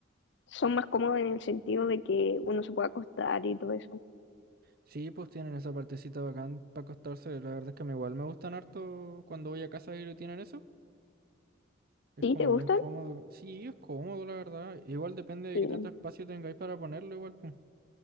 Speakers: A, on the left; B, on the right.
A: son más cómodos en el sentido de que uno se puede acostar y todo eso.
B: Sí, pues tienen esa partecita bacán para acostarse, la verdad es que me igual me gustan harto cuando voy a casa y le tienen eso. Es
A: ¿Sí?
B: como
A: ¿Te gustan?
B: bien cómodo. Sí, es cómodo, la verdad. Igual depende de
A: Sí,
B: qué tanto espacio tengáis para ponerlo, igual, pues.